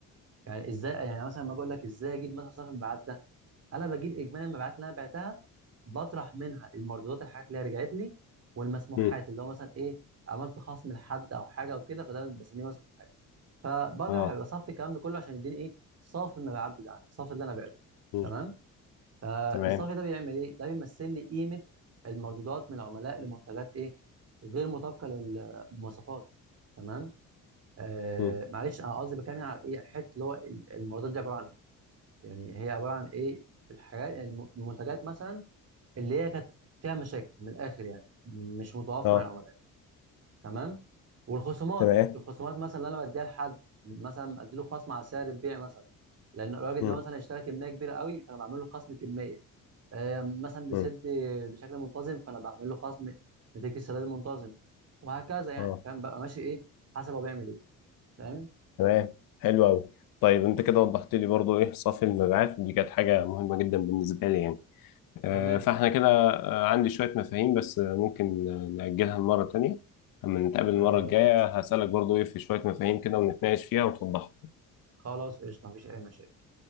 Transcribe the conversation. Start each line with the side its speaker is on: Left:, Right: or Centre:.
Right: يعني ازاي يعني مثلا ما اقول لك ازاي اجيب مثلا صافي المبيعات ده انا بجيب اجمالي المبيعات اللي انا بعتها بطرح منها المردودات الحاجات اللي هي رجعت لي والمسموحات
Left: مم.
Right: اللي هو مثلا ايه عملت خصم لحد او حاجه وكده فده بسميه مسموحات فبطرح
Left: اه
Right: بصفي الكلام ده كله عشان يديني ايه صافي المبيعات بتاعتي صافي اللي انا بعته
Left: مم.
Right: تمام فالصافي
Left: تمام
Right: ده بيعمل ايه؟ ده بيمثل لي قيمه المردودات من العملاء لمنتجات ايه؟ غير مطابقه للمواصفات تمام؟ آه
Left: مم.
Right: معلش انا قصدي بكلم على ايه؟ حته اللي هو ال- المردودات دي عباره عن ايه؟ يعني هي عباره عن ايه؟ الحاجات يعني الم- المنتجات مثلا اللي هي كانت فيها مشاكل من الاخر يعني مش متوافقه
Left: اه
Right: مع العملاء تمام؟ والخصومات
Left: تمام
Right: الخصومات مثلا اللي انا بديها لحد مثلا اديله خصم على سعر البيع مثلا لان الراجل
Left: مم.
Right: ده مثلا اشترى كميه كبيره قوي فانا بعمل له خصم كميه آه، مثلا بيسد
Left: مم.
Right: بشكل منتظم فانا بعمل له خصم نتيجه السداد المنتظم وهكذا يعني
Left: اه
Right: فاهم بقى ماشي ايه حسب هو بيعمل ايه فاهم
Left: تمام حلو قوي طيب انت كده وضحت لي برضو ايه صافي المبيعات ودي كانت حاجه مهمه جدا بالنسبه لي يعني آه،
Right: تمام
Left: فاحنا كده آه، عندي شويه مفاهيم بس آه، ممكن آه، نأجلها لمره تانية اما نتقابل المره
Right: آه
Left: الجايه هسألك برضو ايه في شويه مفاهيم كده ونتناقش فيها وتوضحها
Right: خلاص قشطه مفيش اي مشاكل